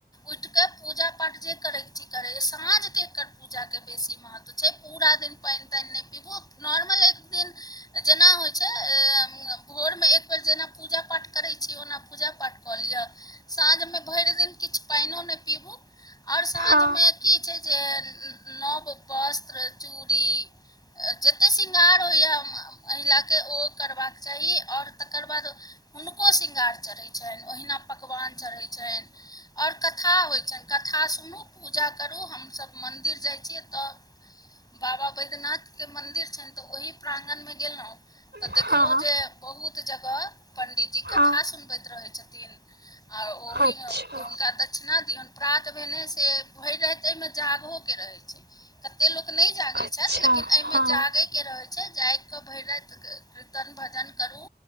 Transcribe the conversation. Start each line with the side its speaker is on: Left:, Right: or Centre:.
Left: उइठ के पूजा-पाठ जे करै छी करैये साँझ के करू। पूजा के बेसी महत्व छै। पूरा दिन पाइन ताइन नै पीबू, नॉर्मल एक दिन त जेना होइ छै, भोरमे एक बेर जेना पूजा-पाठ करै छी, ओना पूजा-पाठ कऽ लियऽ। साँझ मे भरि दिन किछ पाइनो नै पीबू और साँझ
Right: हँ
Left: मे कि छै जे नव वस्त्र, चूड़ी अ जते श्रृंगार होइया अ्म महिला के ओ करबाक चाही और तकर बादओ हुनको श्रृंगार चढ़ै छनि ओहिना पकवान चढ़ै छनि, और कथा होइ छनि कथा सुनू पूजा करू हमसब मन्दिर जाइ छियै एत बाबा बैद्यनाथ के मंदिर छनि तऽ ओहि प्रांगण मे गेललहु तऽ
Right: हँ
Left: देखलौं जे बहुत जगह पंडीतजी
Right: हँ
Left: कथा सुनबैत रहै छथिन आ ओहिमे
Right: अच्छा
Left: हुनका त दक्षिणा दियौन प्रात भेने से भरि राति अइमे जागहो के रहै छै। कते लोक नै जागै
Right: अच्छा
Left: छथि लेकिन अइमे
Right: हँ
Left: जागै के रहै छै जाइग क भैर राइत कीर्तन भजन करू,